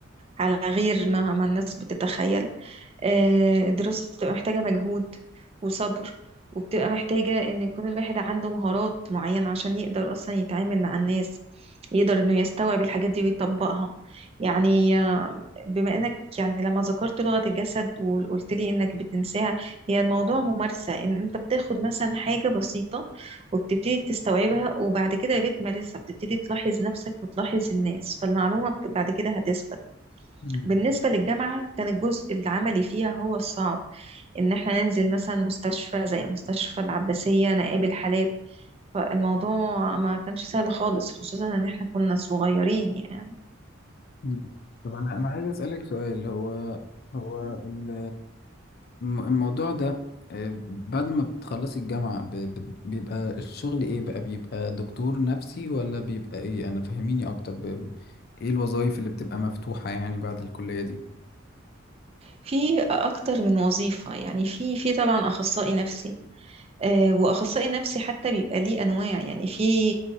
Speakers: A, on the right; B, on the left.
A: على غير ما ما الناس بتتخيل آه، الدراسة بتبقى محتاجة مجهود وصبر وبتبقى محتاجة إن يكون الواحد عنده مهارات معينة عشان يقدر أصلا يتعامل مع الناس يقدر إنه يستوعب الحاجات دي ويطبقها يعني آه، بما إنك يعني لما ذكرت لغة الجسد وقلت لي إنك بتنساها هي الموضوع ممارسة إن أنت بتاخد مثلا حاجة بسيطة وبتبتدي تستوعبها وبعد كده بتمارسها بتبتدي تلاحظ نفسك وتلاحظ الناس فالمعلومة بعد كده هتثبت
B: مم.
A: بالنسبة للجامعة كان الجزء العملي فيها هو الصعب إن إحنا ننزل مثلا مستشفى زي مستشفى العباسية نقابل حالات فالموضوع ما كانش سهل خالص خصوصا إن إحنا كنا صغيرين يعني
B: مم. طب أنا أنا عايز أسألك سؤال هو هو ال الم- الموضوع ده آه، بعد ما بتخلصي الجامعة ب- ب- بيبقى الشغل ايه بقى بيبقى دكتور نفسي ولا بيبقى ايه انا فهميني اكتر ب... ايه الوظائف اللي بتبقى مفتوحة يعني بعد الكلية دي
A: في أكتر من وظيفة يعني في في طبعا أخصائي نفسي آه، وأخصائي نفسي حتى بيبقى ليه أنواع يعني في